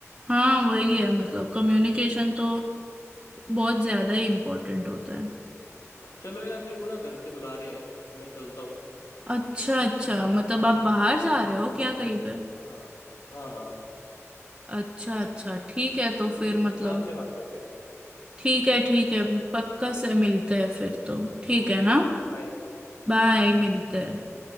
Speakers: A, on the right (about 20°); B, on the left (about 80°).
A: हाँ वही है मतलब कम्युनिकेशन तो बहुत ज्यादा ही इम्पोर्टेंट होता है
B: हाँ चलो यार मेरे को ना घर से बुला रहे हैं तो मैं चलता हूँ
A: अच्छा अच्छा मतलब आप बाहर जा रहे हो क्या कहीं पे
B: हाँ हाँ हाँ
A: अच्छा अच्छा ठीक है तो
B: चलो
A: फिर
B: तो
A: मतलब
B: बाद में बात करते हैं
A: ठीक है ठीक है पक्का से मिलते हैं फिर तो ठीक
B: Okay
A: है ना
B: okay bye
A: बाय मिलते हैं